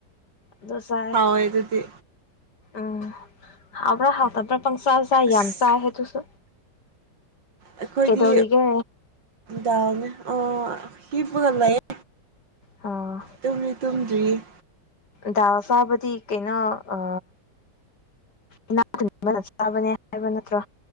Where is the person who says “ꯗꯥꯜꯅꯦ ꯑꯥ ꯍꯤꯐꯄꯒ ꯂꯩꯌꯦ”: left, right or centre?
Right